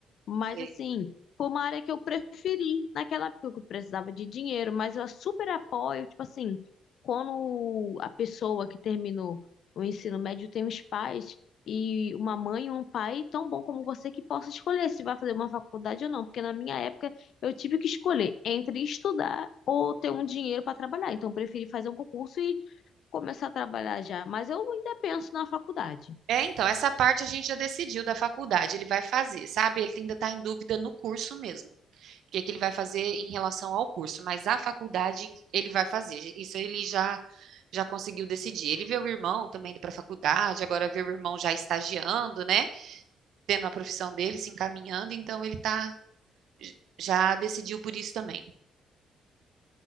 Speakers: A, on the left; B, on the right.
A: Mas
B: Sei.
A: assim, foi uma área que eu preferi naquela época que eu precisava de dinheiro, mas eu super apoio, tipo assim, quando a pessoa que terminou o ensino médio tem os pais e uma mãe e um pai tão bom como você que possa escolher se vai fazer uma faculdade ou não, porque na minha época eu tive que escolher entre estudar ou ter um dinheiro para trabalhar. Então eu preferi fazer um concurso e começar a trabalhar já, mas eu ainda penso na faculdade.
B: É, então, essa parte a gente já decidiu da faculdade, ele vai fazer, sabe? Ele ainda está em dúvida no curso mesmo, o que que ele vai fazer em relação ao curso, mas a faculdade ele vai fazer, isso ele já já conseguiu decidir. Ele vê o irmão também indo para a faculdade, agora vê o irmão já estagiando, né? Tendo a profissão dele, se encaminhando, então ele tá já decidiu por isso também.